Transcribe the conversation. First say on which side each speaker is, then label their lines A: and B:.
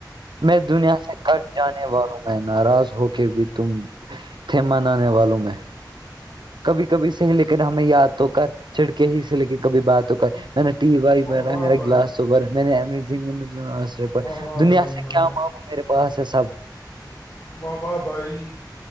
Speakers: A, on the right (about 75°); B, on the left (about 40°).
A: میں دنیا سے کٹ جانے والوں ہوں میں ناراض ہو کے بھی تم تھے منانے والوں میں کبھی کبھی سے ہی لیکن ہمیں یاد تو کر چھڑکے ہی سے لیکن کبھی بات تو کر میں نے ٹی وائی
B: واہ
A: پہ رہ
B: واہ
A: ہے میرا
B: بھائی
A: گلاس توب رہ ہے میں نےنی تھگ
B: واہ واہ
A: دنیا
B: بھائی
A: سے
B: واہ
A: کیا
B: واہ
A: مانگوں میرے پاس ہے سب
B: واہ واہ بھائی